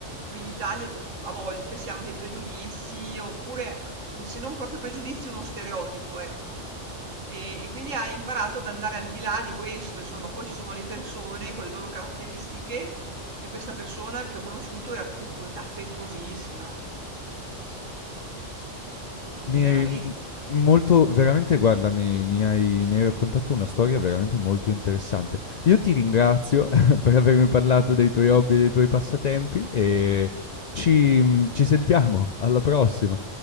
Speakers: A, on the right (about 80°); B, on the left (about 80°).
A: qui in Italia a volte si hanno dei pregiudizi oppure se non proprio pregiudizi uno stereotipo, ecco. E, e quindi hai imparato ad andare al di là di questo, insomma, poi ci sono le persone con le loro caratteristiche. E questa persona che ho conosciuto era affettuo- affettuosissima, Mhmm,
B: Mi
A: veramente
B: mhmm, molto veramente guarda, mi mi hai mi hai raccontato una storia veramente molto interessante. Io ti ringrazio <laughs> per avermi parlato dei tuoi hobby e dei tuoi passatempi e ci mhmm, ci sentiamo. Alla prossima.